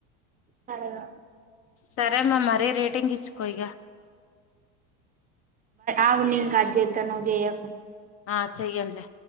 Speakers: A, on the right; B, on the left.
A: కలరా
B: సరే అమ్ మరీ రేటింగ్ ఇచ్చుకో ఇగ
A: ఆగు నేన్ కాట్ చేతా నువ్వు చేయకు
B: ఆ చెయ్యన్ లే